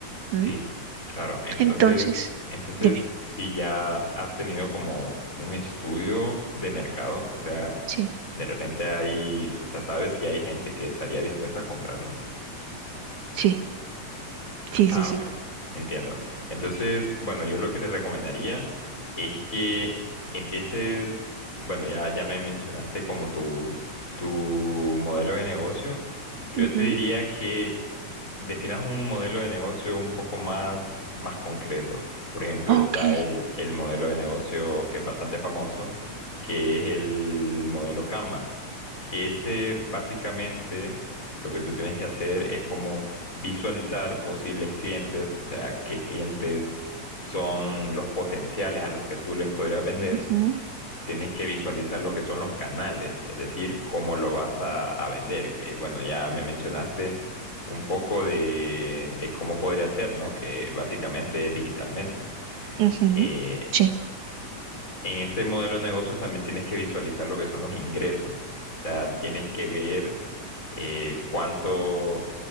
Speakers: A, on the right; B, on the left.
A: ¿m?
B: Sí, claro. Entonces,
A: Entonces,
B: entonces,
A: dime,
B: si ya has tenido como un estudio de mercado, o sea,
A: sí,
B: de repente hay, o sea, ¿sabes si hay gente que estaría dispuesta a comprarlo?
A: sí, sí,
B: Ah,
A: sí, sí.
B: ok, entiendo. Entonces, bueno, yo lo que te recomendaría es que empieces, bueno, ya, ya me mencionaste como tu, tu modelo de negocio. Yo
A: Ujú,
B: te diría que definas un modelo de negocio un poco más, más concreto. Por ejemplo,
A: Ok.
B: está el, el modelo de negocio que es bastante famoso, que es el modelo Canvas, que este básicamente lo que tú tienes que hacer es como visualizar posibles clientes, o sea, qué clientes son los potenciales a los que tú les podrías vender
A: ujú,
B: tienes que visualizar lo que son los canales, es decir, cómo lo vas a, a vender, que bueno, ya me mencionaste un poco de, de cómo podría ser, ¿no? Que básicamente es digitalmente.
A: ujú,
B: Eh,
A: sí.
B: en este modelo de negocios también tienes que visualizar lo que son los ingresos. O sea, tienes que ver eh, cuánto